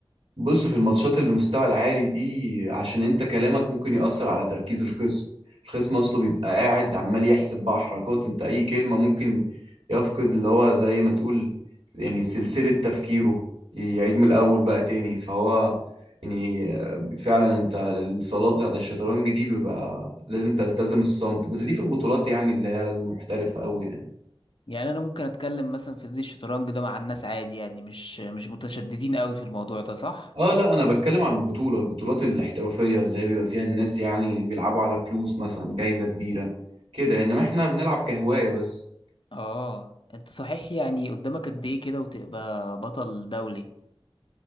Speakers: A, on the right; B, on the left.
A: بص في الماتشات اللي المستوى العالي دي عشان انت كلامك ممكن يأثر على تركيز الخصم الخصم اصله بيبقى قاعد عمال يحسب بقى حركات انت اي كلمة ممكن يفقد اللي هو زي ما تقول يعني سلسلة تفكيره يعيد من الاول بقى تاني فهو يعني فعلا انت الصالات بتاعت الشطرنج دي بيبقى لازم تلتزم الصمت بس دي في البطولات يعني اللي هي المحترفة قوي يعني
B: يعني أنا ممكن أتكلم مثلا في نادي الشطرنج ده مع الناس عادي يعني مش مش متشددين قوي في الموضوع ده صح؟
A: اه لا انا بتكلم عن البطوله البطولات الاحترافيه اللي هي بيبقى فيها الناس يعني بيلعبوا على فلوس مثلا جايزه كبيره كده انما احنا بنلعب كهوايه بس
B: اه انت صحيح يعني قدامك قد ايه كده وتبقى بطل دولي